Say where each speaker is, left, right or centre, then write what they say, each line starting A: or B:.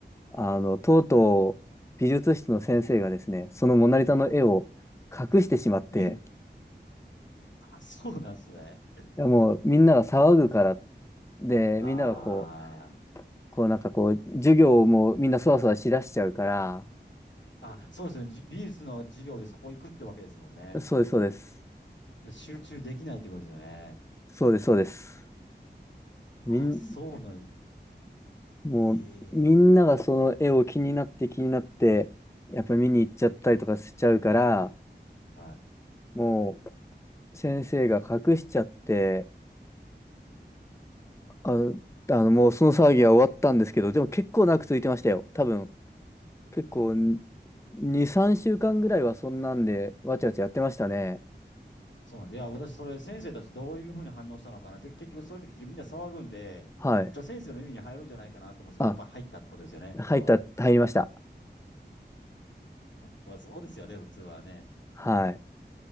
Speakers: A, on the left; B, on the left.
A: あの、とうとう美術室の先生がですね、そのモナリザの絵を
B: あ、
A: 隠してしまって、
B: え <laughs> あ、そうなんですね。
A: いやもうみんなが騒ぐから、で、
B: あ
A: みんながこう、こうなんかこう、授業をもうみんなそわそわしだしちゃうから、
B: あ。あ、そうですね。じ美術の授業でそこ行くってわけですもんね。
A: そうです、そうです。
B: で集中できないってことですよね。
A: そうです、そうです。
B: あ、
A: みん、
B: そうなん、
A: もうみんながその絵を気になって気になって、
B: へえ。
A: やっぱり見に行っちゃったりとかしちゃうから、
B: はい。
A: もう先生が隠しちゃって、あの、あのもうその騒ぎは終わったんですけど、でも結構長く続いてましたよ。多分、結構にさん2、3週間ぐらいはそんなんで、わちゃわちゃやってましたね。
B: そうなんです。いや、私、それ、先生たちどういうふうに反応したのかなって、結局、そういう時みんな騒ぐんで、
A: はい。
B: やっぱ先生の耳に入るんじゃないかなと思うんですけど、
A: あ、
B: やっぱ入ったってことですよね、
A: 入った、
B: それは。
A: 入りました。
B: まあ、そうですよね、普通はね。
A: はい。